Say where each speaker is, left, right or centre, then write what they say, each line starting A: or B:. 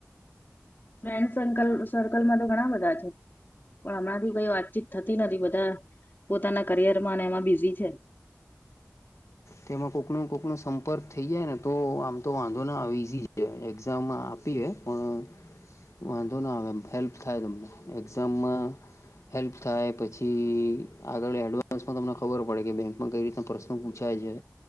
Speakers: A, on the left; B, on the left.
A: ફ્રેન્ડ સર્કલ સર્કલમાં તો ઘણા બધા છે પણ હમણાં થી કઈ વાતચીત થતી નથી બધા. પોતાના કરિયર માં અને એમાં બિઝી છે
B: તેમાં કોકનું કોકનો સંપર્ક થઈ જાય ને તો આમ તો વાંધો ના ઈઝી એક્ઝામાં આપીએ પણ વાંધો ના આવે એમ હેલ્પ થાય તમને એક્ઝામમાં. હેલ્પ થાય પછી આગળ એડવાન્સમાં તમને ખબર પડે કે બેંકમાં કઈ રીતના પ્રશ્નો પૂછે છાય છે,